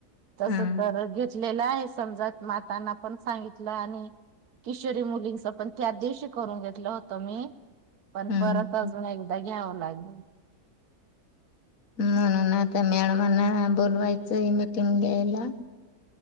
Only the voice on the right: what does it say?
तस
तर घेतलेलं आहेच.. समजात मातांना पण सांगितलं, आणि किशोरी मुलींच, पण त्या दिवशी करून घेतलं होतं मी‌. पन
परत अजून एकऽऽ <inaudible>